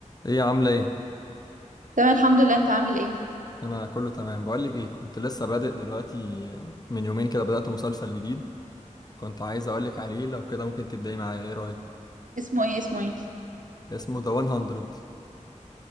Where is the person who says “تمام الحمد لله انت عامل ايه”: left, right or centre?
Right